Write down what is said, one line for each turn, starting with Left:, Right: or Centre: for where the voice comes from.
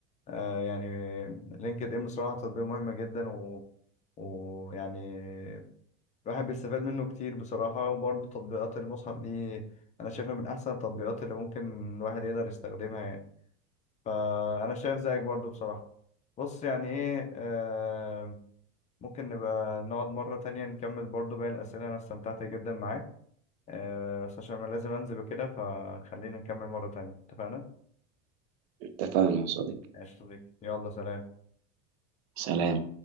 Left: آه، يعني لينكد إن بصراحة تطبيق مهم جدا و... ويعني الواحد بيستفاد منه كتير بصراحة وبرضه تطبيقات المصحف دي أنا شايفها من أحسن التطبيقات اللي ممكن الواحد يقدر يستخدمها يعني فأنا شايف زيك برضه بصراحة بص يعني إيه آه ممكن نبقى نقعد مرة تانية نكمل برضه باقي الأسئلة أنا استمتعت جدا معاك آه بس عشان أنا لازم أنزل وكده فخلينا نكمل مرة تانية اتفقنا؟
Right: انت فاهم يا صديقي
Left: ماشي يا صديقي يلا سلام
Right: سلام